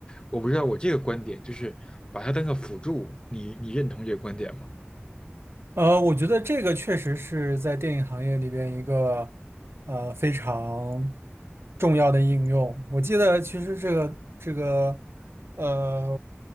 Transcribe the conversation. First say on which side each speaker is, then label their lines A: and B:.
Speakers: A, on the left; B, on the right.
A: 我不知道我这个观点就是把它当个辅助，你你认同这个观点吗？
B: 呃，我觉得这个确实是在电影行业里边一个呃非常重要的应用。我记得其实这个这个呃，